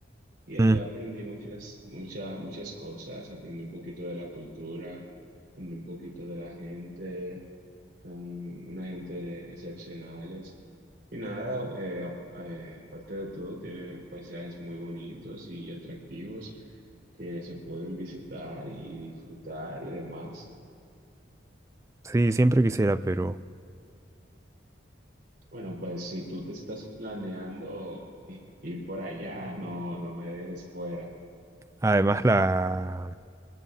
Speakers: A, on the right; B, on the right.
A: Y ahí
B: Mm,
A: aprendí muchas, muchas, muchas cosas. Aprendí un poquito de la cultura, aprendí un poquito de la gente. Son una gente excepcionales. Y nada, eh, a- eh, aparte de todo, tiene paisajes muy bonitos y atractivos que se pueden visitar y disfrutar y demás.
B: Sí, siempre quisiera Perú.
A: Bueno, pues si tú te estás planeando <laughs> i- ir por allá, no, no me dejes fuera.
B: Además, la...